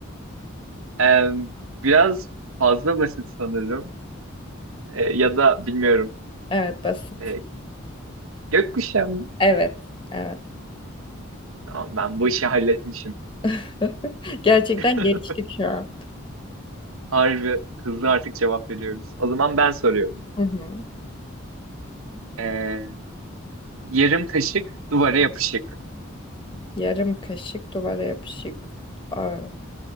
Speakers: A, on the right; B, on the left.
A: E, biraz fazla basit sanırım. E, ya da bilmiyorum.
B: Evet basit.
A: E, gökkuşağı mı?
B: Evet. Evet.
A: Tamam ben bu işi halletmişim.
B: <laughs> Gerçekten
A: <laughs>
B: geliştik şu an.
A: Harbi hızlı artık cevap veriyoruz. O zaman ben soruyorum.
B: Hı hı.
A: Ee, yarım kaşık duvara yapışık.
B: Yarım kaşık duvara yapışık. Aa.